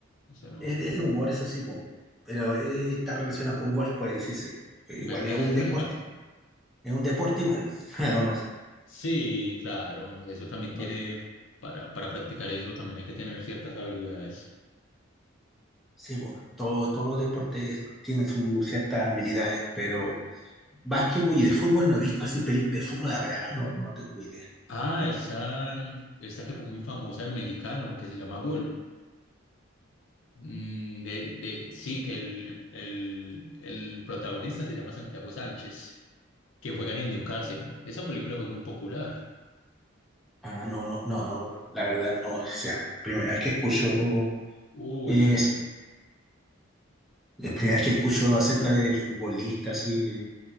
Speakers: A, on the left (about 65°); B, in the centre.
A: Esa no,
B: Es, de es de humor, eso sí, po. Pero eh, está relacionado con golf, puede decirse. Que
A: ¿verdad?
B: igual es un deporte,
A: <laughs>
B: es un deporte igual. <laughs> ¿o no?
A: Sí, claro, eso también
B: Golf.
A: tiene, para, para practicar eso también hay que tener ciertas habilidades.
B: Sí, po. Todo- todos los deportes tienen sus ciertas habilidades, pero básquetbol y de fútbol no he visto así películas de fútbol, habrá, no, no tengo idea.
A: Ah, esa, esta que fue muy famosa, el mexicano, que se llama Gol. Mm, de, de, sí, que el, el, el- el protagonista se llama Santiago Sánchez, que juega en el Newcastle. Esa película fue muy popular.
B: Ah, no, no, no, la verdad no, o sea, primera vez que escucho,
A: Uy,
B: es, la primera vez que escucho acerca de futbolistas y de,